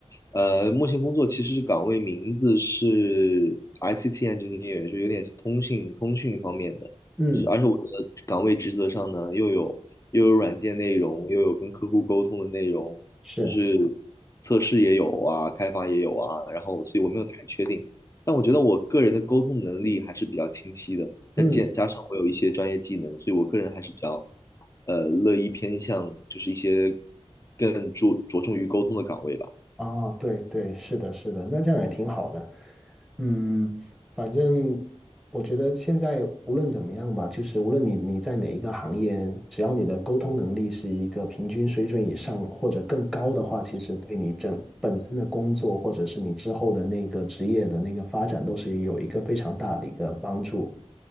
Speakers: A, on the left (about 25°); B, in the centre.
A: 呃，目前工作其实是岗位名字是 ICT engineer，就有点是通信通讯方面的，
B: 嗯，
A: 就是而且我的岗位职责上呢，又有又有软件内容，又有跟客户沟通的内容，
B: 是，
A: 就是测试也有啊，开发也有啊，然后所以我没有太确定。但我觉得我个人的沟通能力还是比较清晰的，再加加上我有一些专业技能，
B: 嗯。
A: 所以我个人还是比较，呃，乐意偏向就是一些更注着重于沟通的岗位吧，
B: 哦，对对，是的，是的，那这样也挺好的。嗯，反正我觉得现在无论怎么样吧，就是无论你你在哪一个行业，只要你的沟通能力是一个平均水准以上或者更高的话，其实对你整本身的工作或者是你之后的那个职业的那个发展都是有一个非常大的一个帮助。